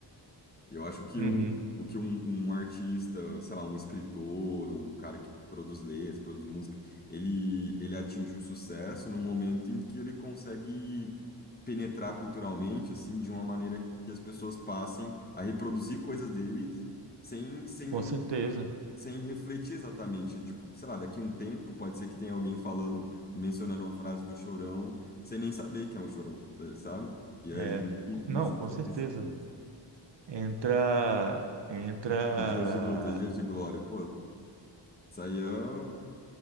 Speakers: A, on the left; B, on the right.
A: Eu acho que
B: Uhum,
A: o, o que um, um artista, sei lá, um escritor, um cara que produz letras, produz música, ele, ele atinge o sucesso no momento em que ele consegue penetrar culturalmente, assim, de uma maneira que as pessoas passem a reproduzir coisas dele sem, sem
B: com certeza.
A: sem refletir exatamente. Tipo, sei lá, daqui um tempo pode ser que tenha alguém falando, mencionando uma frase do Chorão, sem nem saber quem é o Chorão, sa- sabe? E aí,
B: É,
A: e-
B: co- não,
A: isso
B: com
A: que
B: certeza.
A: é, isso é massa.
B: Entra, entra
A: O dias de luta, os dias de glória. Pô, isso aí é uma